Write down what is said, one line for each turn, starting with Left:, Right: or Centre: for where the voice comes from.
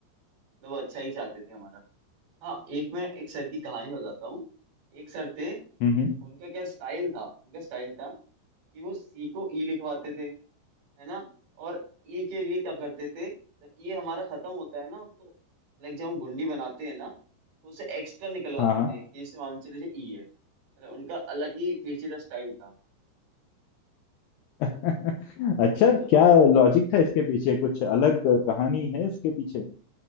Right: मतलब वो अच्छा ही चाहते थे हमारा हाँ एक मैं एक सर की कहानी बताता हूँ एक सर थे
Left: हम्म हम्म,
Right: उनका क्या स्टाइल था उनका स्टाइल था कि वो सी को ई लिखवाते थे है ना और ई के लिए क्या करते थे जब ये हमारा खत्म होता है ना तो लाइक जब हम गुंडी बनाते हैं ना तो उसे एक्स्ट्रा निकलवाते
Left: हाँ हाँ
Right: थे कि इसे मान चले ई है मतलब उनका अलग ही पेचीदा स्टाइल था
Left: <laughs> अच्छा
Right: मतलब
Left: क्या लॉजिक था इसके पीछे कुछ अलग कहानी है इसके पीछे